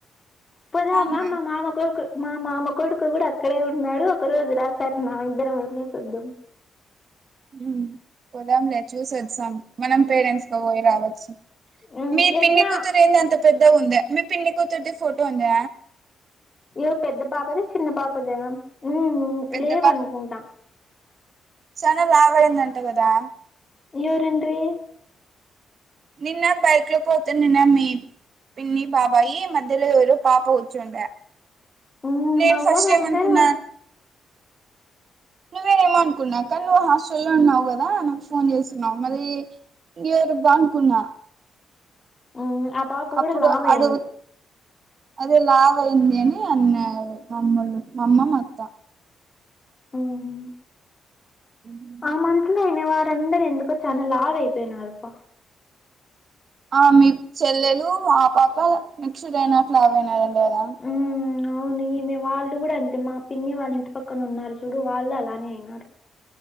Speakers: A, on the left; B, on the right.
A: పోదామ
B: అవునా
A: మా మామకొడుకు మా మామ కొడుకు కూడా అక్కడే ఉన్నాడు ఒక రోజు రాశారు నా ఇద్దరం వెళ్ళసోద్దాం
B: ఉమ్ పోదాంలే చూసొద్దాం మనం పేరెంట్స్ క పోయి రావచ్చు
A: ఉమ్
B: మీ
A: ఎట్లా
B: పిన్ని కూతురు ఏంది అంత పెద్ద ఉందా మీ పిన్ని కూతురిది ఫోటో ఉంద
A: ఇగో పెద్ద పాపది చిన్న పాపదా ఉమ్
B: పెద్ద
A: లేవనుకుంట
B: చాలా లాబయిందంట కదా
A: ఇగేవరండ్రీ
B: నిన్న బైక్లో పోతున్నమీ పిన్నీ బాబాయి మధ్యలోరు పాప కూచ్చుండే
A: మ్మ్
B: నేను
A: మా
B: ఫాస్టమనుకున్నా
A: వోళ్ళందరూ
B: నువ్వేనేమో అనుకున్న కానీ నువ్వు హాస్టల్లో ఉన్నావు కదా నాకు ఫోన్ చేసున్నవు మరి గేరు బా అనుకున్నా
A: ఆ ఆ పాప కూడా
B: అప్పుడు
A: లావయింది
B: అడుగు అదే లావయింది అని అన్నారు మామ్మలు మా అమ్మ అత్తా
A: ఉమ్
B: ఉమ్
A: ఆ మంత్లో అయిన వారందరుూ ఎందుకో చాలా లావయిపోయినారుప్ప
B: ఆ మీ చెల్లెలు ఆ పాప మీకుచుడ అయిన అటవయినారండి కదా
A: ఉమ్ అవునీ ఈమెవాళ్ళు కూడా అంతే మా పిన్ని వాళ్ళ ఇంటి పక్కన ఉన్నారు చూడు వాళ్ళు అలానే అయినారు